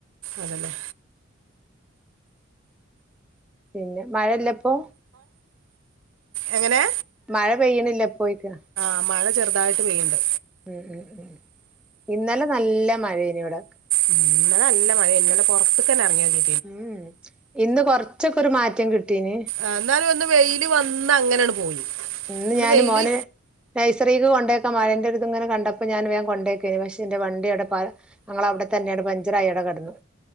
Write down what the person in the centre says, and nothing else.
പിന്നെ മഴല്ലെ ഇപ്പൊ
മഴ പെയ്യ്ണില്ലെ ഇപ്പൊയ്ക്കാ
ഉം ഉം ഉം ഇന്നലെ നല്ല മഴേനി ഇവടെ
ഉം ഹും ഇന്ന് കൊറ്ച്ചൊക്കൊരു മാറ്റം കിട്ടീന്
ഇന്ന്
ഞാന്
മോന് നെഴ്സറീക് കൊണ്ടാക്കാം മഴന്റൊര്ത് ഇങ്ങനെ കണ്ടപ്പൊ ഞാൻ വേം കൊണ്ടാക്കേന് പക്ഷേ ന്റെ വണ്ടിയവ്ടെ പ ഞങ്ങളവടെ തന്നേണ്ട് പഞ്ചറായിവടെ കെട്ന്നു